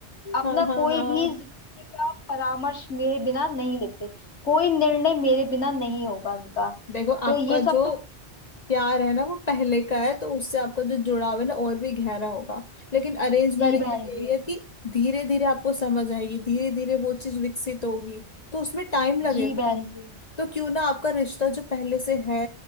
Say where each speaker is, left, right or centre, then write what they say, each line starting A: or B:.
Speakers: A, on the left; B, on the left.
A: अपना
B: हाँ हाँ
A: कोई
B: हाँ
A: भी जिंदगी का परामर्श मेरे बिना नहीं लेते कोई निर्णय मेरे बिना नहीं होगा उनका
B: देखो
A: तो
B: आपका
A: ये
B: जो
A: सब तो
B: प्यार है ना वो पहले का है तो उससे आपका जो जुड़ाव है ना और भी गहरा होगा लेकिन अरेंज
A: जी
B: मैरिज
A: बहन
B: में यही
A: जी
B: है कि धीरे धीरे आपको समझ आएगी धीरे धीरे वो चीज विकसित होगी तो उसमें टाइम लगेगा
A: जी बहन जी
B: तो क्यों ना आपका रिश्ता जो पहले से है